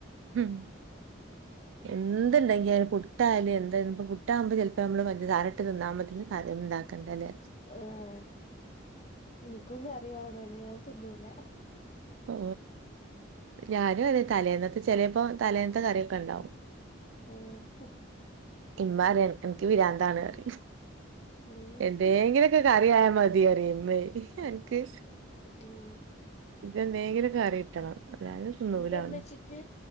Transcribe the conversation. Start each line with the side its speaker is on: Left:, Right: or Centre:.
Right: ഉം എന്തുണ്ടെങ്കിലും പുട്ടായാലും എന്ത് ഇപ്പം പുട്ടാവുമ്പോ ചിലപ്പോ നമ്മള് പഞ്ച സാരയിട്ടു തിന്നാമതി കറിയൊന്നും ആക്കണ്ടല്ലേ
Left: ആഹ് എനിക്കും കറിവേണം അല്ലേ ഞാൻ തിന്നൂല
Right: ഓ ഞാനും അതെ തലേന്നത്തെ ചെലപ്പോ തലേന്നത്തെ കറിയൊക്കെ ഉണ്ടാവും
Left: ആഹ്
Right: പിന്മാറി എനിക്ക് വിരാന്താണ് കറി
Left: ഉം
Right: എന്തെങ്കിലും ഒക്കെ കറിയായ മതി <unintelligible> എനിക്ക്
Left: ഉം
Right: എന്തെങ്കിലും കറി കിട്ടണം അല്ലാതെ തിന്നൂലാന്ന്
Left: എന്റെ ഉമ്മച്ചിക്ക്